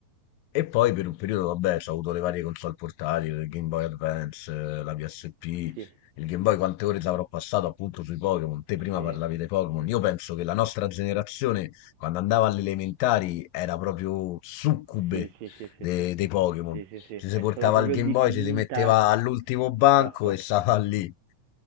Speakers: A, on the left; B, on the right.
A: e poi per un periodo, vabbè, ho avuto le varie console portatili, il Game Boy Advance, eh, la PSP,
B: Sì,
A: il Game Boy, quante ore ci avrò passato appunto sui Pokémon. Te prima
B: sì,
A: parlavi dei Pokémon.
B: sì,
A: Io penso che la nostra generazione, quando andava alle elementari, era proprio succube
B: sì, sì, sì,
A: de-
B: sì, sì,
A: dei Pokémon.
B: sì, sì, sì.
A: Ci si
B: È
A: portava
B: stata proprio
A: il Game
B: definita,
A: Boy, ci si metteva all'ultimo banco
B: esatto,
A: e stava lì.